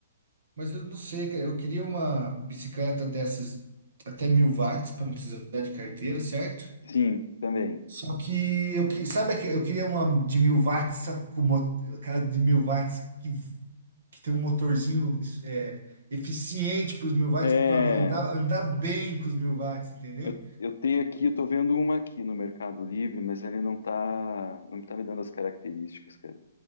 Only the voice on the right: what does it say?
Mas eu não sei, cara. Eu queria uma bicicleta dessas até mil watts para não precisar de carteira, certo?
Só que eu que sabe que eu queria uma de mil watts, só que com mo- aquela de mil watts que, que tem um motorzinho é, eficiente para os mil watts
para andar andar bem com os mil watts, entendeu?